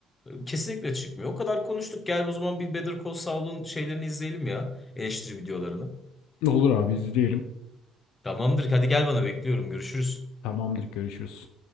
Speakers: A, on the left; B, on the left.
A: Kesinlikle çıkmıyor. O kadar konuştuk. Gel o zaman bir Better Call Saul'un şeylerini izleyelim ya. Eleştiri videolarını.
B: Olur abi izleyelim.
A: Tamamdır. Hadi gel bana bekliyorum. Görüşürüz.
B: Tamamdır görüşürüz.